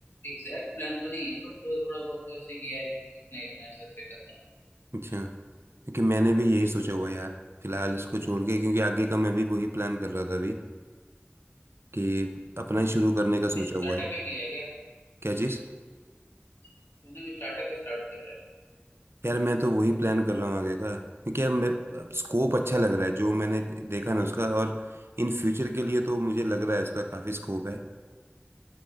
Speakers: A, on the left; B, on the right.
A: एग्जैक्ट प्लान तो नहीं है बट थोड़ा बहुत तो ऐसे किया है कि इतना इतना ऐसे ऐसे करना है।
B: अच्छा क्योंकि मैंने भी यही सोचा हुआ है यार फिलहाल इसको छोड़ के क्योंकि आगे का मैं भी वही प्लान कर रहा था अभी कि अपना ही शुरू करने
A: तो तूने
B: का
A: भी
B: सोचा
A: स्टार्टअप
B: हुआ है
A: ही किया है क्या
B: क्या चीज़
A: तूने भी स्टार्टअप ही स्टार्ट कर रहा है
B: यार मैं तो वही प्लान कर रहा हूँ आगे का क्योंकि यार मैं स्कोप अच्छा लग रहा है जो मैंने देखा ना उसका और इन फ्यूचर के लिए तो मुझे लग रहा है उसका काफ़ी स्कोप है